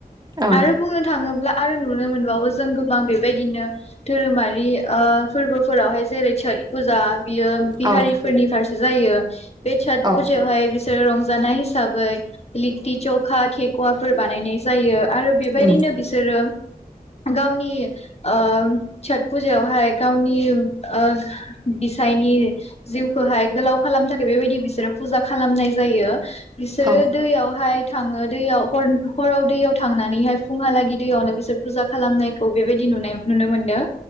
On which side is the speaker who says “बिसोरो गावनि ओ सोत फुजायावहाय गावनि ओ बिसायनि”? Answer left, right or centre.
Left